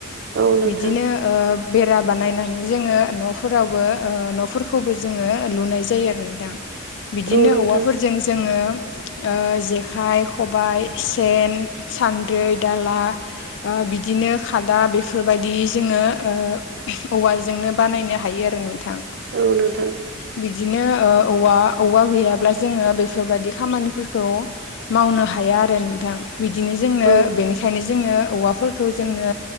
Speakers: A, on the right; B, on the left.
A: औ नोंथां
B: बिदिनो ओ बेरा बानायनानै जोङो न'फोरावबो ओ न'फोरखौबो जोङो लुनाय जायो आरो नोंथां। बिदिनो
A: औ नोंथां
B: औवाफोरजों जोङो ओ जेखाइ, खबाय, सेन, सान्द्रै, दाला ओ बिदिनो खादा बेफोरबायदि जोङो ओ औवाजोंनो बानायनो हायो आरो नोंथां।
A: औ नोंथां।
B: बिदिनो ओ औवा औवा गैयाब्ला जोङो बेफोरबायाददि खामानिफोरखौ मावनो हाया आरो नोंथां बिदिनो जोंनो
A: औ
B: बेनिखायनो जोंनो औवाफोरखौ जोंनो